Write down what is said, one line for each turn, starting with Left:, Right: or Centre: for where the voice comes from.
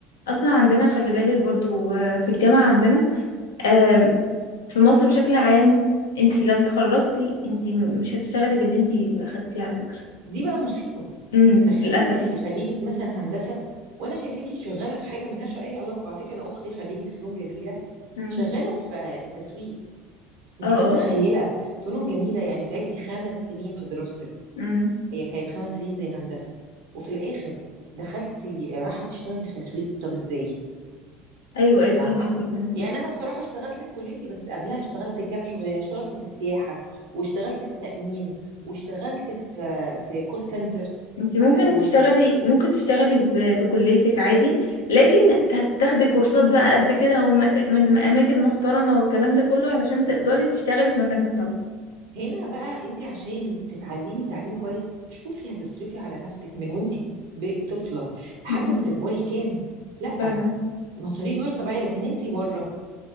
Left: اصلا عندنا خلي بالك برضو آه، في الجامعه عندنا آم، في مصر بشكل عام انت لو اتخرجتي انت مش هتشتغلي باللي انت اخدتيه على فكره
Right: دي بقى مصيبة
Left: امم
Right: تخيلي
Left: للاسف
Right: انت تبقي خريجة مثلا هندسة وانا شايفاكي شغالة في حاجة ملهاش أي علاقة على فكرة انا اختي خريجة فنون جميلة
Left: امم
Right: شغالة في التسويق انت
Left: اه اه
Right: متخيلة
Left: اه
Right: فنون جميلة يعني تعبتي خمس سنين في دراستك
Left: امم
Right: هي كانت خمس سنين زي هندسة وفي الآخر دخلتي راحة تشتغلي في تسويق طب إزاي
Left: ايوه ايوه
Right: فاهمة
Left: فهميكي فهميكي
Right: يعني أنا بصراحة اشتغلت بكليتي بس قبلها اشتغلت كام شغلانة اشتغلت في السياحة واشتغلت في تأمين واشتغلت في في كول سنتر
Left: انت
Right: فأنا
Left: ممكن
Right: مريت
Left: تشتغلي ممكن تشتغلي ب... بكليتك عادي لكن هتاخدي كورسات بقى قد كده ومك... من اماكن محترمة والكلام ده كله علشان تقدري
Right: بالظبط
Left: تشتغلي في مكان محترم
Right: هنا بقى أنت عشان تتعلمي تعليم كويس شوفي هتصرفي على نفسك من وأنت ب- طفلة لحد
Left: مم.
Right: ما تكبري كام لأ
Left: فعلا
Right: مصاريف غير طبيعية لكن أنت بره